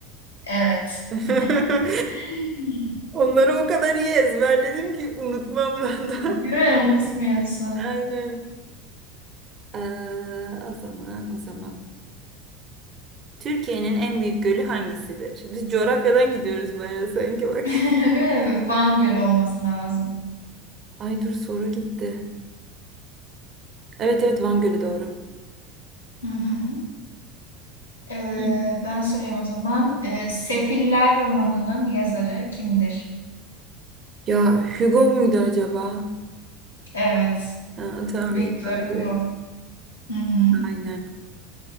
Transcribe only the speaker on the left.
evet.
<laughs>
Değil mi? Unutmuyorsun.
<laughs> Değil mi? Van Gölü olması lazım.
Hı hı. Ee,
ben sorayım o zaman. Ee, Sefiller romanının yazarı kimdir?
Evet.
Victor
Hugo. Hı hı.